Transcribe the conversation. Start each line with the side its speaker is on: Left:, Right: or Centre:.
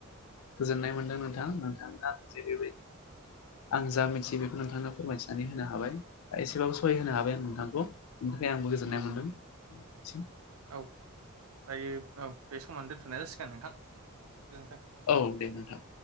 Left: गोजोननाय मोनदों नोंथां नोंथाङा जे बेबायदि आं जा मिथियो बेखौ नोंथांनो फोरमायथिनानै होनो हाबाय दा एसेबाबो सहाय होनो हाबाय आं नोंथांखौ बेनि थाखाय आंबो गोजोननाय
Right: औ
Left: मोन्दों बसि
Right: औ दायो औ बे समाव दोन्थ'नाय जासिगोन नोंथां गोजोनथों
Left: औ दे नोंथां